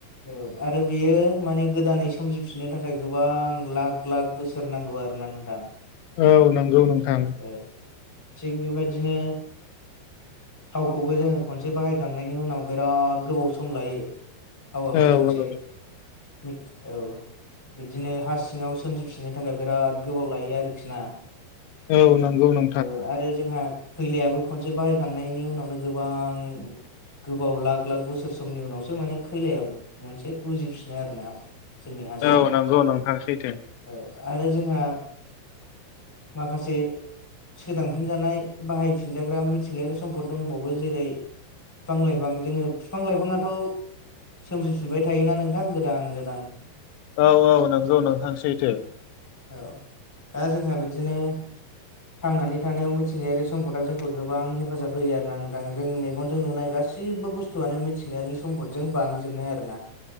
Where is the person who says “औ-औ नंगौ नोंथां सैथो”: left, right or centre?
Left